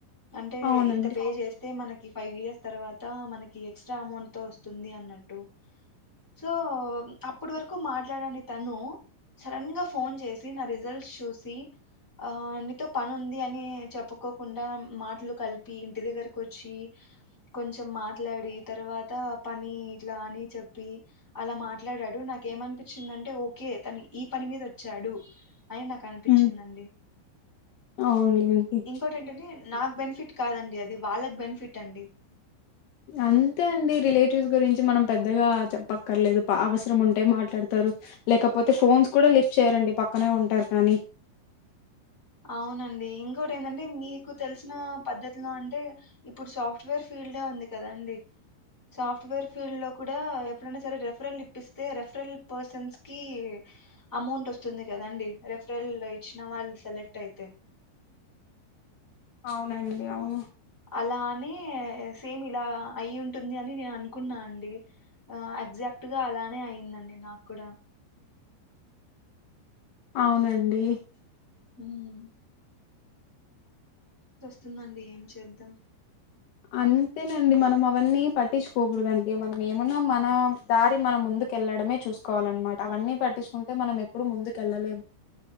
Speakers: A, in the centre; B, on the left.
A: అంటే
B: అవునండి
A: ఇంత పే చేస్తే మన ఈ ఫైవ్ ఇయర్స్ తర్వాత మనకి ఎక్స్ట్రా అమౌంట్ తొ వస్తు వస్తుది అన్నట్టు సో అప్పుడు వరకు మాట్లాడాని తను సడన్ గా ఫోన్ చేసి నా రిజల్ట్ చూసి ఆ నీతో పని ఉంది అ అని చెప్పుకోకుండా మాట్లు కలిపి ఇంటి దగ్గరకు వచ్చి కొంచెం మాట్లాడి తర్వాత పని ఇట్లా అని చెప్పి అలా మాట్లాడాడు నాకే ఏమనిపించిందంటే ఓకే తను ఈ పని మీద వచ్చాడు అయి నాకు అనిపించిందండి
B: హ్మ్ అవునులేండి
A: ఇంకోటి ఏంటండి నాక్ బెనిఫి ఫిట్ కాదండి అది వాళ్ళకి బెనిఫిట్ అండి
B: అంతే అండి రిలేటివ్స్ గురించి మనం పెద్దగా చెప్పక్కర్లేదు బా అవసరం ఉంటే మాట్లాడతారు లేక పోతే ఫోన్స్ కూడా లిఫ్ట్ చేయరండి పక్ క్కనే ఉంటారు కానీ
A: అవునండి ఇంకోటి ఏంటంటే మీకు తెలిసిన పద్ధత్ లో అంటే ఇప్పుడు సాఫ్ట్వేర్ ఫీల్డ్ యే ఉంది కదండి సాఫ్ట్వేర్ ఫీల్డ్ లో కూడా ఎప్పుడైనా సరే రెఫరల్ ఇప్పిస్తే రెఫరల్ పర్సన్స్ కి అమౌంట్ వస్తుంది కదండి రెఫరల్ ఇచ్చిన వాళ్ళు సెలె ట్ ఐతే
B: అవునండి అవును
A: అలానే సేమ్ ఇలా అయి ఉంటుంది అని నేను అనుకున్నా అండి ఆ ఎగ్జాక్ట్గా అలానే అయిందండి నాకు కూడా
B: అవునండి
A: హ్మ్. తుందండి ఏం చేద్దాం
B: అంతేనండి మనం అవన్నీ పట్టించుకోకూడదండి మనం ఏమున్నా మన దారి మనం ముందుకేళ్ళడమే చూసుకోవాలన్నమాట అవన్నీ పట్టించుకుంటే మనం ఎప్పుడు ముందుకు వెళ్ళలేమ్